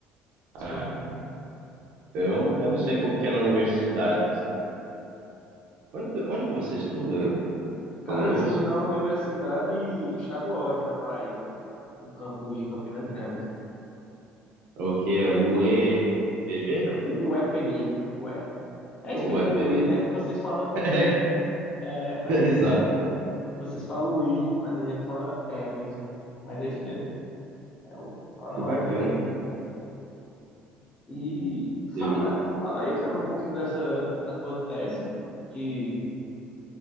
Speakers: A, on the left (about 35°); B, on the right (about 60°).
A: sei
B: Ah,
A: como é que é.
B: eu, eu não sei como que é na universidade. Onde, que- onde que você estuda?
A: Cara,
B: Falando
A: eu
B: nisso,
A: estudo na Universidade Estadual aqui da Paraíba, cara. No campus de Campina Grande.
B: É o que é o EPB?
A: É o o EPB. É
B: Ou
A: isso mesmo,
B: EPB?
A: o I, né? Vocês falam
B: <laughs>
A: I, né? É, mas
B: Exato,
A: é isso mesmo. Vocês falam o I, mas a gente fala é mesmo. Mas é isso mesmo. É o, lá não
B: que bacana.
A: é PB. E
B: E,
A: fala, fala aí, cara, um pouquinho dessa da tua tese, o que,